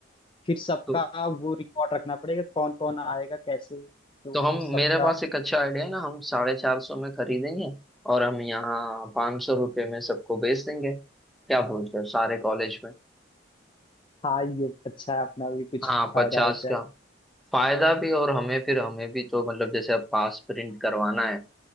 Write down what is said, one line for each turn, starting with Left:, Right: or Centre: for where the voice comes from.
Left: फिर सबका
Centre: तो
Left: वो रिकॉर्ड रखना पड़ेगा कौन कौन आएगा कैसे तो
Centre: तो हम
Left: सबका
Centre: मेरे पास एक अच्छा आइडिया है ना हम साढ़े चार सौ में खरीदेंगे और हम यहाँ पाँच सौ रुपये में सबको बेच देंगे क्या बोलते हो सारे कॉलेज में
Left: हाँ ये अच्छा है अपना भी कुछ
Centre: हाँ
Left: फायदा
Centre: पचास
Left: हो जाए
Centre: का फायदा भी और हमें फिर हमें भी तो मतलब जैसे अब पास प्रिंट करवाना है